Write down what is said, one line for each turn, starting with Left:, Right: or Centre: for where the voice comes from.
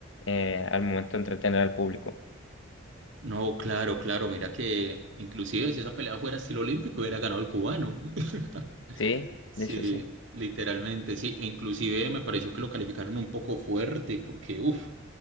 Left: eh, al momento de entretener al público?
Right: No, claro, claro. Mira que inclusive si esa pelea fuera estilo olímpico hubiera ganado el cubano. <laughs>
Left: Sí,
Right: Sí,
Left: de hecho sí.
Right: literalmente, sí. E Inclusive me pareció que lo calificaron un poco fuerte porque, uff.